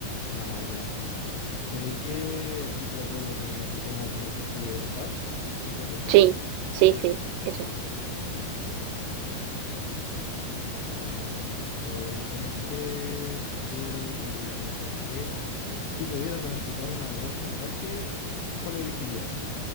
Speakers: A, on the left; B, on the right.
A: Ah, ya. Pero ¿y qué tipo de apoyo como que tengan como subsidios del Estado? Tipo algo así.
B: Sí, sí, sí, eso.
A: Ah, entiendo. Buena, buena, buena. Eh, entonces, yo te voy a preguntar que si pudieras domesticar a un animal salvaje, ¿cuál elegirías?